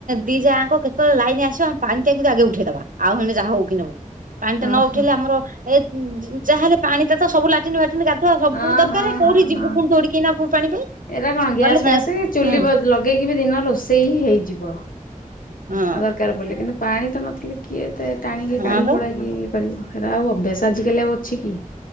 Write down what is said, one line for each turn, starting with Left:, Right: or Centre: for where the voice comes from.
Right: ଦି ଯାଙ୍କ କେତେବେଳେ ଲାଇନ ଆସିବ ଆମ ପାଣି ଟା କିନ୍ତୁ ଆଗେ ଉଠେଇଦବା ଆଉ ହେେ ଯାହା ହଉ କି ନ ହଉ। ପାଣି ଟା
Left: ଓହୋ।
Right: ନ ଉଠେଇଲେ ଆମର ଏ ଯାହାେଲେ ପାଣି ଟା ତ ସବୁ ଲାଟିନ୍ ଫାଟିନ ହ ହବୁ
Left: ହଁ
Right: ଦରକାର
Left: ହଁ ହଁ
Right: କୋଉଠି ଯିବୁ
Left: ହଁ।
Right: ପୁଣି ସେୋଉଠି ପୁଣି ପାଣି ପାଇଁ
Left: ଏଇଟା କଣ ଗ୍ୟାସ
Right: ଗଲେ
Left: ଫ୍ୟାସ
Right: ନା
Left: ଚୁଲି
Right: ହୁଁ
Left: ଲଗେଇକି ବି ଦିନ ରୋଷେଇ ହି ହେଇଯିବ। ଆଉ
Right: ହଁ
Left: ଦରକାର ପଡ଼ିଲେ କିନ୍ତୁ ପାଣି ତ ନଥିଲେ କିଏ ଏତେ ଟାଣି ହେଇ
Right: ହଁ
Left: କାଢିକୁଢା
Right: ବା
Left: କି କରିବ ହେରାଆଉ ଅଭ୍ୟାସ ଆଜିକାଲି ଆଉ ଅଛି କି